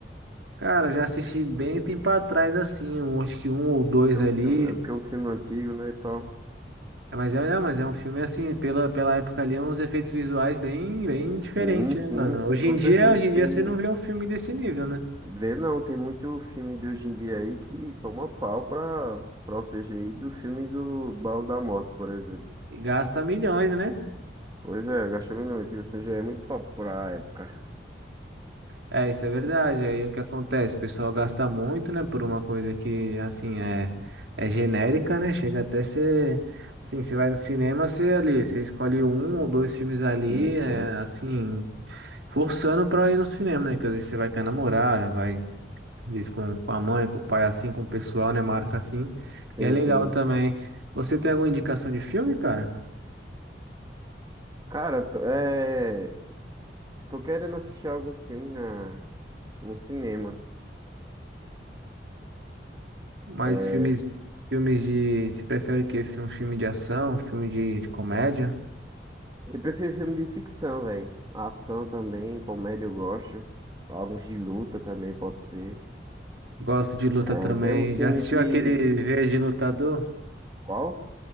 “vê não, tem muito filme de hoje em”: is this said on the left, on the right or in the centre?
Right